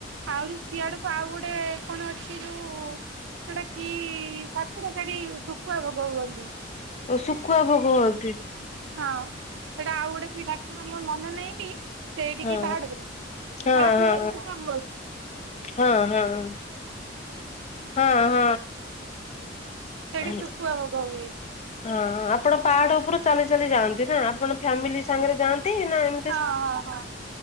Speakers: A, on the right; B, on the left.
A: ଆହୁରି ସିଆଡକୁ ଆଉ ଗୋଟେ କଣ ଅଛି ଯୋଉ ସେଟା କି ଠାକୁର ସେଠି ଶୁଖୁଆ ଭୋଗ ହୁଅନ୍ତି।
B: ଓ ଶୁଖୁଆ ଭୋଗ ହଅନ୍ତି?
A: ହଁ ସେଟା ଆଉ ଗୋଟେ କି ଠାକୁର ମୋର ମନେ ନାହିଁ କି ସେଇଠିକି
B: ହଁ।
A: ପାହାଡ କୁ <unintelligible>
B: ହଁ ହଁ ହଁ
A: ହଁ।
B: ହଁ ହଁ ହଁ। ହଁ ହଁ
A: ସେଠି
B: ଆ
A: ଶୁଖୁଆ ହୋଗ ହୁଏ।
B: ହଁ ଆପଣ ପାହାଡ ଉପରୁ ଚାଲି ଚାଲି ଯାଆନ୍ତି ନା? ଆପଣ ଫ୍ୟାମିଲି ସାଙ୍ଗରେ ଯାଆନ୍ତି ନା ଏମ
A: ହଁ ହଁ ହଁ।